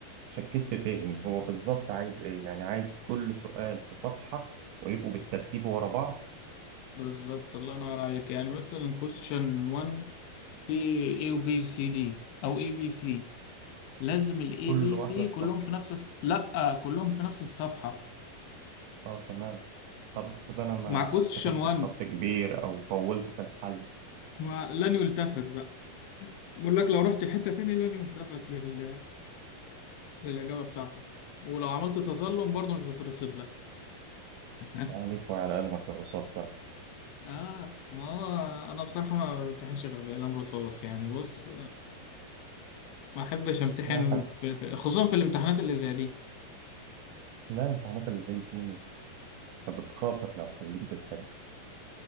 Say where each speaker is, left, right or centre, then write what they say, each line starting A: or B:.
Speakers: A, on the right (about 85°); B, on the left (about 85°).
A: شكيت في فهمي هو بالظبط عايز ايه يعني عايز كل سؤال في صفحه ويبقوا بالترتيب ورا بعض
B: بالظبط الله ينور عليك يعني مثلا question 1 في A و B و C D أو A B C لازم ال A
A: كل
B: B
A: واحده
B: C
A: في صفحه
B: كلهم في نفس الص- لأ كلهم في نفس الصفحة
A: اه تمام طب افرض انا ما
B: مع question
A: كتبت
B: 1
A: بخط كبير او طولت في الحل
B: ما- لن يلتفت بقى بقول لك لو رحت لحتة تاني لن يلتفت لل... للإجابة بتاعتك ولو عملت تظلم برضه مش هترصد لك <laughs>
A: عليك وعلى قلمك الرصاص بقى
B: اه ما هو انا بصراحه ما بمتحنش غير بالقلم رصاص يعني بص ما احبش امتحن
A: لا حد
B: في في خصوصا في الامتحانات اللي زي دي
A: لا الامتحانات اللي زي دي انت بتخاطر لو خليك بالحبر